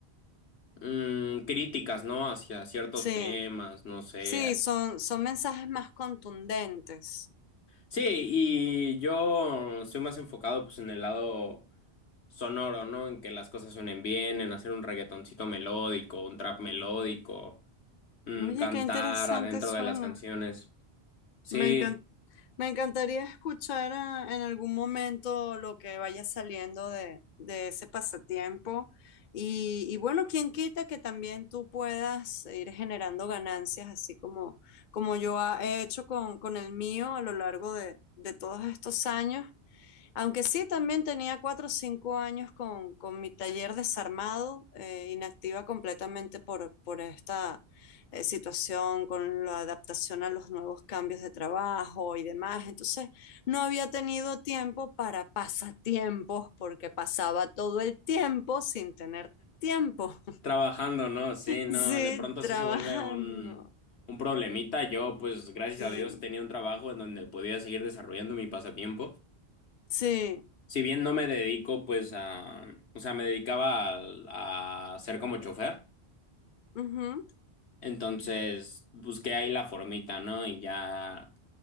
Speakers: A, on the left (about 80°); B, on the left (about 50°).
A: Mm, críticas, ¿no? Hacia ciertos
B: sí,
A: temas, no sé.
B: sí, son, son mensajes más contundentes.
A: Sí, y yo estoy más enfocado pues en el lado sonoro, ¿no? En que las cosas suenen bien, en hacer un reggaetoncito melódico, un trap melódico, mm,
B: Oye,
A: cantar
B: qué interesante
A: adentro
B: suena.
A: de las canciones. Sí.
B: Me encan- me encantaría escuchar ah, en algún momento lo que vaya saliendo de, de ese pasatiempo. Y, y bueno, quién quita que también tú puedas ir generando ganancias, así como, como yo ha- he hecho con, con el mío a lo largo de, de todos estos años. Aunque sí, también tenía cuatro o cinco años con, con mi taller desarmado, eh, inactiva completamente por, por esta eh, situación, con la adaptación a los nuevos cambios de trabajo y demás. Entonces, no había tenido tiempo para pasatiempos porque pasaba todo el tiempo sin tener tiempo. <laughs>
A: Trabajando, ¿no? Sí, no,
B: Sí,
A: de pronto
B: trabajando.
A: sí se vuelve un, un problemita. Yo, pues, gracias
B: Sí,
A: a Dios, tenía un trabajo en donde podía seguir desarrollando mi pasatiempo.
B: sí.
A: Si bien no me dedico, pues, a, o sea, me dedicaba a, a ser como chofer.
B: ujú.
A: Entonces, busqué ahí la formita, ¿no? Y ya,